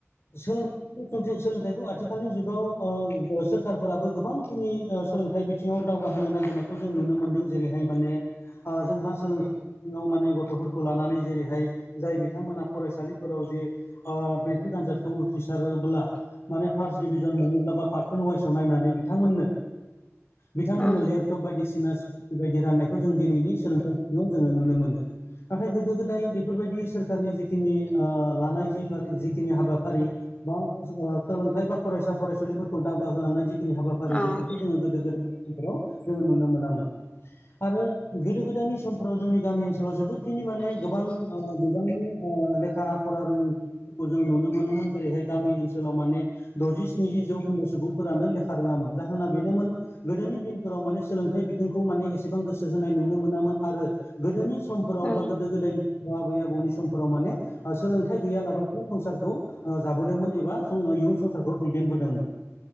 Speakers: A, on the left; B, on the left.
A: <unintelligible> सोलोंथाइखौ आथिखालनि जुगाव सोरखारफोराबो गोबां जिखिनि ओ सोलोंथाइ बिथिङाव दावगाहोनो नागिरनायखौ जों नुनो मोनदों जेरैहाय माने ओ जोंहा सोलोंथाइ सिङाव माने गथ'फोरखौ लानानै जेरैहाय जाय बिथांमोना फरायसालिफोराव जे ओ मेट्रिक आनजादखौ उथ्रिसारोब्ला माने फार्स्ट डिभिजन मोनोब्ला बा पारसेन्ट वाइसाव नायनानै बिथांमोननो बिथांमोननो
B: औ
A: लेपटप बायदिसिना स्कुटि बायदि राननायखौ जों दिनैनि सोलोंथाइ बिथिङाव जोङो नुनो मोनो‌। नाथाय गोदो गोदाय बेफोरबायदि सोरखारनि जिखिनि ओ लानाय जि जिखिनि हाबाफारि बा ओ सोलोंथाइ बा फरायसा फरायसुलिफोरखौ दावगाहोलांनाय जि खिनि हाबाफारि
B: औ
A: बेफोरखौ जोङो गोदो गोदायनिफोराव जोङो नुनो मोनामोन आरो गोदो गोदायनि समाव जों गामि ओनसोलाव जोबोद बेखिनि माने गोबां ओ बिबांनि लेखा फरा रोङि फोरखौ जों नुनो मोनोमोन जेरैहाय गामि ओनसोलाव माने द'जि स्निजि जौखोन्दो सुबुंफोरानो लेखा रोङामोन जाहोना बेनोमोन गोदोनि दिनफोराव माने सोलोंथाइ बिथिंखौ माने एसेबां गोसो होनाय नुनो मोनामोन आरो गोदोनि समफोराव
B: औ
A: एबा गोदो गोदायनि समाव आबै आबौनि समफोराव माने ओ सोलोंथाइ गैयालाबासिनो संसारखौ ओ जाबोदोंमोन एबा जों इयुन संसारखौ दैदेनबोदोंमोन।